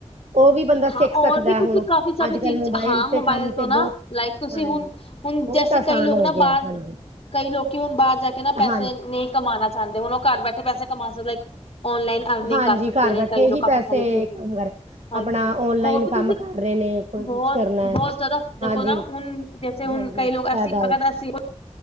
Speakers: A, on the right; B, on the left.
A: ਉਹ ਵੀ ਬੰਦਾ ਸਿੱਖ
B: ਹਾਂ
A: ਸਕਦਾ
B: ਔਰ ਵੀ
A: ਹੈ।
B: ਤੁਸੀਂ
A: ਹੁਣ
B: ਕਾਫੀ ਸਾਰੀ
A: ਅੱਜ ਕੱਲ
B: ਚੀਜ਼,
A: ਮੋਬਾਇਲ
B: ਹਾਂ ਮੋਬਾਇਲ
A: ਤੇ ਕੰਮ
B: ਤੋਂ
A: ਤੇ ਬਹੁਤ
B: ਨਾ, ਲਾਇਕ ਤੁਸੀਂ
A: ਹਾਂਜੀ
B: ਹੁਨ-ਹੁਨ,
A: ਬਹੁਤ
B: ਜੈਸੇ
A: ਆਸਾਨ
B: ਕਈ ਲੋਕ
A: ਹੋ
B: ਨਾ
A: ਗਿਆ
B: ਬਾਹਰ,
A: ਹਾਂਜੀ
B: ਕਈ ਲੋਕੀ ਹੁਨ ਬਾਹਰ ਜਾ ਕੇ ਨਾ ਪੈਸੇ
A: ਹਾਂਜੀ
B: ਨਈਂ ਕਮਾਨਾ ਚਾਂਦੇ ਹੁਣ ਉਹ ਘਰ ਬੈਠੇ ਪੈਸੇ ਕਮਾ ਸਕਦੈ, ਇੱਕ ਔਨਲਾਈਨ ਅਰਨਿੰਗ
A: ਹਾਂਜੀ
B: ਕਰ ਸਕਦੇ
A: ਘਰ
B: ਨੇ,
A: ਬੈਠੇ
B: ਕਈ ਲੋਕ
A: ਹੀ
B: ਕਾਫੀ
A: ਪੈਸੇ
B: ਸਾਰੇ ਚੀਜ਼,
A: ਕੰਮ ਕਰ
B: ਹਾਂਜੀ
A: ਆਪਣਾ ਓਨਲਾਈਨ
B: ਹੋਰ ਵੀ
A: ਕੰਮ
B: ਤੁਸੀਂ
A: ਕਰ ਰਹੇ ਨੇ ਕੋਈ
B: ਬਹੁਤ
A: ਕੁਛ ਕਰਨਾ
B: ਬਹੁਤ
A: ਹੈ
B: ਜ਼ਿਆਦਾ
A: ਹਾਂਜੀ
B: ਦੇਖੋ ਨਾ, ਹੁਨ ਜੈਸੇ
A: ਹਾਂਜੀ
B: ਹੁਨ ਕਈ ਲੋਕ ਅਸੀਂ,
A: ਫਾਇਦਾ
B: ਅਗਰ
A: ਏ
B: ਅਸੀਂ